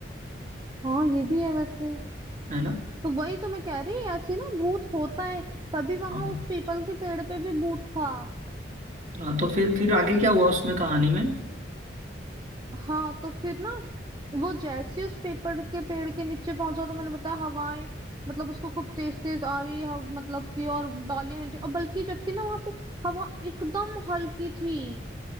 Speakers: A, on the right (about 20°); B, on the right (about 40°).
A: हाँ ये भी है वैसे
B: है ना
A: तो वही तो मैं कह रही ऐसी ना भूत होता है तभी वहां
B: हाँ
A: उस पीपल के पेड़ पे भी भूत था
B: हाँ, तो फिर फिर आगे क्या हुआ उसमें कहानी में
A: हाँ तो फिर ना वो जैसे ही उस पेपर के पेड़ के नीचे पहुंचा तो मैंने बताया हवाएं मतलब उसको खूब तेज तेज आ रही है मतलब कि और डालियां हिल रही और बल्कि जबकि ना वहां पे हवा एकदम हल्की थी